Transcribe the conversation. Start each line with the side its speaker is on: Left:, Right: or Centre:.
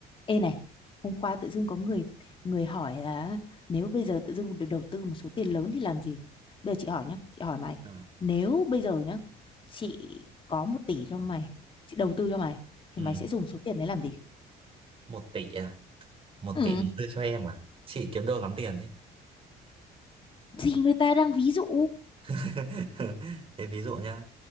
Left: Ê này, hôm qua tự dưng có người người hỏi là nếu bây giờ tự dưng được đầu tư một số tiền lớn thì làm gì? Bây giờ chị hỏi nhá, chị hỏi mày,
Right: Ờ.
Left: nếu bây giờ nhá, chị có một tỷ cho mày, chị đầu tư cho mày, thì
Right: ừ.
Left: mày sẽ dùng số tiền đấy làm gì?
Right: Một tỷ à? Một
Left: Ừ,
Right: tỷ đầu tư cho em à? Chị kiếm đâu lắm tiền đấy.
Left: thì người ta đang ví dụ.
Right: <laughs> Thế ví dụ nhá.